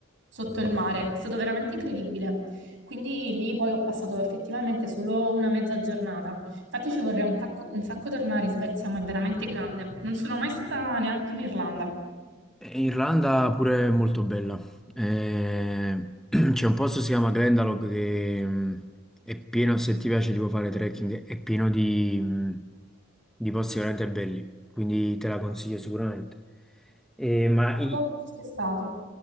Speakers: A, on the right; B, in the centre.
A: sotto il mare. È stato veramente incredibile. Quindi lì poi ho passato effettivamente solo una mezza giornata. Infatti ci vorrei un, tacco- un sacco tornare in Svezia, ma è veramente grande. Non sono mai stata neanche in Irlanda.
B: Eh, Irlanda pure è molto bella. Eh, <clears throat> c'è un posto che si chiama Glendalough che mh, è pieno, se ti piace tipo fare trekking, è pieno di, mh, di posti veramente belli, quindi te la consiglio sicuramente. Eh, ma
A: Quanto
B: i-
A: tempo ci sei stato?